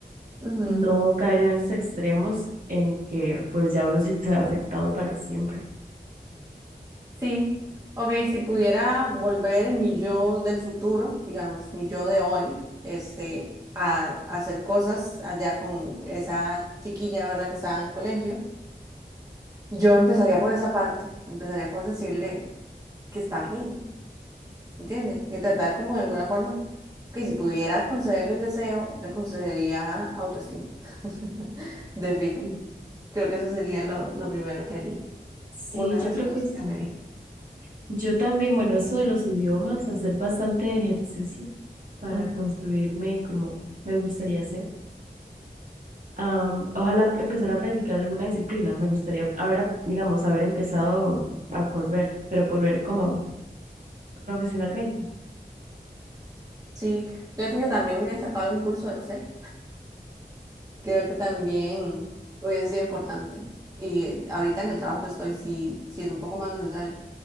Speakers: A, on the right (about 20°); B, on the right (about 55°).
A: apariencia.
B: no caer en esos extremos en que pues ya uno sí se ha afectado para siempre.
A: Sí, ok, si pudiera volver mi yo del futuro, digamos, mi yo de hoy, este, a, a hacer cosas allá con esa chiquilla, ¿verdad? Que estaba en el colegio, yo empezaría por esa parte, empezaría por decirle que está bien, ¿entiende? Y tratar como de alguna forma que si pudiera concederle un deseo, le concedería autoestima, <laughs> de fijo.
B: Sí,
A: Creo que eso sería lo, lo primero que haría,
B: Sí,
A: una de
B: yo
A: las
B: creo
A: cosas
B: que
A: que
B: sí.
A: cambiaría.
B: Yo también, bueno, eso de los idiomas, hacer bastante ejercicio para
A: Mm,
B: construirme como me gustaría hacer. Am, ojalá empezar a practicar alguna disciplina. Me gustaría haber, ap- digamos, haber empezado a correr, pero correr como profesionalmente.
A: Sí, yo de fijo también me hubiera sacado algún curso de Excel Creo que también hubiese sido importante. Y eh, ahorita en el trabajo que estoy, sí, sí es un poco más necesario.